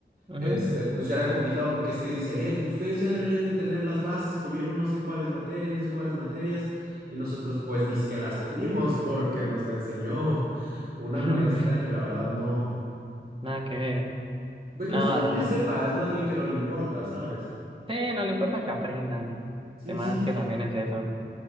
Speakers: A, on the right; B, on the right.
A: Ujú.
B: este, pues ya era complicado porque es que dice, eh, ustedes ya deberían de tener las bases, tuvieron no sé cuáles materias, no sé cuáles materias, y nosotros pues dizque las tuvimos porque nos la enseñó una
A: <laughs>
B: maestra que la verdad no.
A: Nada que ver.
B: Pues
A: No,
B: no es que no le
A: dale.
B: sepa, es más bien que no le importa, ¿sabes?
A: Sí, no le importa que aprendan.
B: Sí,
A: Además
B: sí.
A: que también es eso.